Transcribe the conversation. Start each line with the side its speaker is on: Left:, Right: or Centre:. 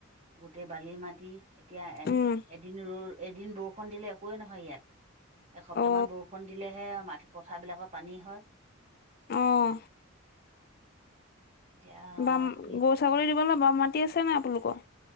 Right: গোটেই বালি মাটি এতিয়া এ
Left: উম
Right: এদিন ৰ এদিন বৰষুণ দিলে একোৱেই নহয় ইয়াত এসপ্তাহমান
Left: অ
Right: বৰষুণ দিলেহে মাটি পথাৰবিলাকত পানী হয়।
Left: অঁ
Right: এতিয়া
Left: বাম
Right: কি
Left: গৰু ছাগলী দিবলৈ বাম মাটি আছে নাই আপোনালোকৰ